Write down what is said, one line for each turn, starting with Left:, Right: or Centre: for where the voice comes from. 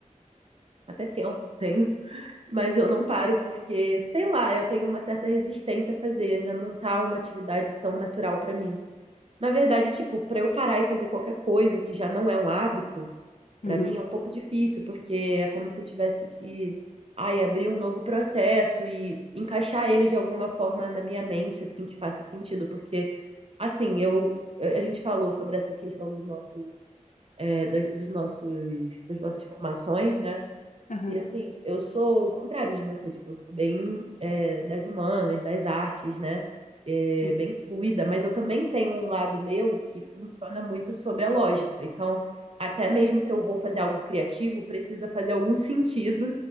Right: até tempo eu tenho, <laughs> mas eu não paro porque, sei lá, eu tenho uma certa resistência a fazer, ainda não tá uma atividade tão natural pra mim. Na verdade, tipo, pra eu parar e fazer qualquer coisa que já não é um hábito, pra
Left: uhum,
Right: mim é um pouco difícil, porque é como se eu tivesse que, ai, abrir um novo processo e encaixar ele de alguma forma na minha mente, assim, que faça sentido, porque Assim, eu eh, a gente falou sobre essa questão dos nossos é, da- dos nossos das nossas formações, né?
Left: aham,
Right: E assim, eu sou o contrário de você, tipo, eu sou bem é, das humanas, das artes, né? É,
Left: sim,
Right: bem fluida, mas eu também tenho um lado meu que funciona muito sob a lógica. Então, até mesmo se eu vou fazer algo criativo, precisa fazer algum <laughs> sentido